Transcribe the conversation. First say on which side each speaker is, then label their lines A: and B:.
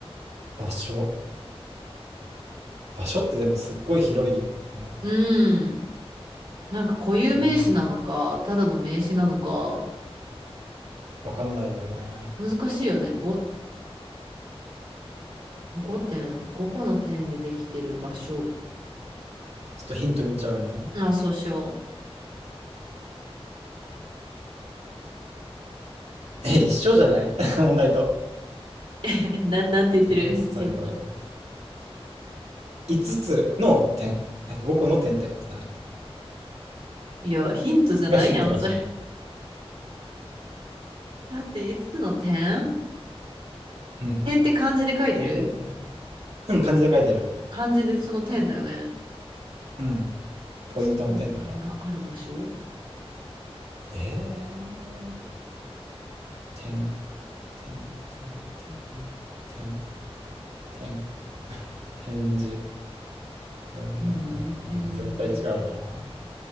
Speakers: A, on the right (about 85°); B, on the right (about 60°).
A: 場所。場所ってでもすっごい広いよね。
B: うん。なんか固有名詞なのか、
A: 点
B: ただの名詞なのか、
A: わかんないよね。
B: 難しいよね。ご5点、5個の点でできてる場所。
A: ちょっとヒント見ちゃうね。
B: あ、そうしよう。
A: え、一緒じゃない <laughs> 問題と。
B: <laughs> え、なん、なんて言ってるヒント。
A: 点が5つつある場所。5つつの点。え5個の点ってことだね。
B: いや、ヒントじゃないやん、
A: がヒントらしい。
B: それ。待って、5つつの点
A: うん。
B: 点って漢字で書いてる
A: 点点点。うん、漢字で書いてる。
B: 漢字でその点だよね。
A: うん。
B: 5つつの点がある場所
A: ポイントの点だね。えー、点。てんてんてんてんてん展示うー
B: うーん、展示、
A: ん絶対違うよな